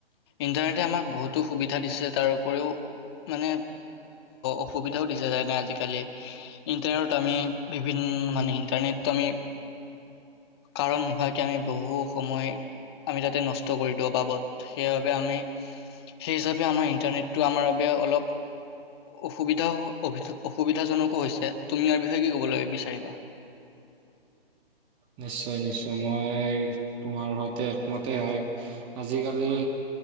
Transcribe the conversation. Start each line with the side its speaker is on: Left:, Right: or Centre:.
Left: ইণ্টাৰনেটে আমাক বহুতো সুবিধা দিছে তাৰপৰিও মানে অসুবিধাও দিছে যেনে আজিকালি ইণ্টাৰনেটত আমি বিভিন্ন মানে ইণ্টাৰনেটটো আমি কাৰণ নোহোৱ আমি বহু সময় আমি তাতে নষ্ট কৰি দিওঁ বাবদ সেইবাবে আমি সেই হিচাপে আমাৰ ইন্টাৰনেটটো আমাৰ বাবে অলপ অসুবিধা অসুবিধাজনকো হৈছে তুমি ইয়াৰ বিষয়ে কি ক'বলৈ বিচাৰিবা
Right: নিশ্চয় নিশ্চয় মই তোমাৰ সৈতে একমতে হয় আজিকালিৰ